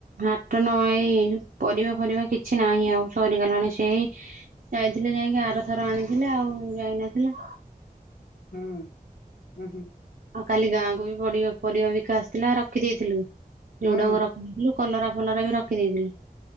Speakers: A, on the right (about 65°); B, on the left (about 80°).
A: ହାଟ ନ ଏଇ ପରିବା ଫରିବା କିଛି ନାହିଁ ଆଉ ସରିଗଲାଣି ସେଇ ଯାଇଥିଲେ ଯାଇଁକି ଆରଥର ଆଣିଥିଲେ ଆଉ ଯାଇନଥିଲେ
B: ହୁଁ ଉଁ ହୁଁ।
A: ଆଉ କାଲି ଗାଁକୁ ବି ପଡ଼ିବା ପରିବା ବିକା ଆସିଥିଲା ରଖିଦେଇଥିଲୁ ଝୁଡଙ୍ଗ
B: ହୁଁ
A: ର ଖି ଦେଇଥିଲୁ ଆଉ କଲରା ଫଲରା ବି ରଖିଦେଇଥିଲୁ